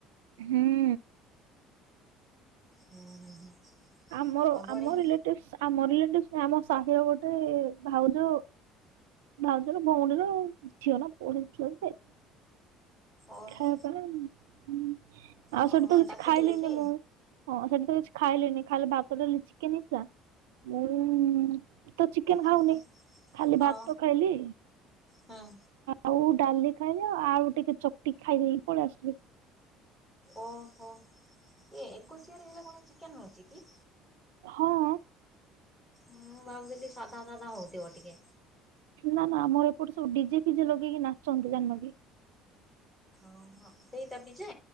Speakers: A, on the right; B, in the centre.
A: ହୁଁ।
B: ହୁଁ ହୁଁ ହୁଁ
A: ଆମର
B: ହଁ ବଢ଼ିଆ
A: ଆମ ରିଲେଟିଭ ଆମ ରିଲେଟିଭ ନୁହଁ ଆମ ସାହିର ଗୋଟେ ଭାଉଜ ଆଉ। ଭାଉଜର ଭଉଣୀର ଝିଅ ନା ପୁଅଟେ ହେଇଥିଲାଯେ
B: ଓହୋ
A: ଖାଇବା ପାଇଁ ଆଉ
B: ଓହୋ
A: ସେଠି ତ
B: ମାନେ
A: କିଛି
B: ଡାକିଥିଲେ
A: ଖାଇଲିନି
B: କି
A: ମୁଁ। ହଁ ସେଠିତ କିଛି ଖାଇଲିନି ଖାଲି ଭାତ, ଡାଲି, ଚିକେନ ହେଇଥିଲା ମୁଁ ମୁଁ ତ ଚିକେନ
B: ଚିକେନ୍
A: ଖାଉନି ଖାଲି
B: ହଁ
A: ଭାତ ଖାଇଲି।
B: ହୁଁ
A: ଆଉ ଡାଲି ଖାଇଲି ଆଉ ଆଳୁ ଟିକେ ଚକଟିିକି ଖାଇଦେଇ ପଳେଇଆସିଲି।
B: ଓହୋ ଏଇ ଏକୋଶିଆରେ ହେଲେ କଣ ଚିକେନ ହୋଉଚିକି।
A: ହଁ।
B: ମୁଁ ଭାବୁଥିଲି ସାଧା ସାଧା ହୋଉଥିବ ଟିକେ।
A: ନାଁ ନାଁ ଆମର ଏପଟେ ସବୁ ଡିଜେ ଫିଜେ ଲଗେଇକି ନାଚନ୍ତି ଜାଣିନକି?
B: ଓହୋ ସେଇଟାବି ଯେ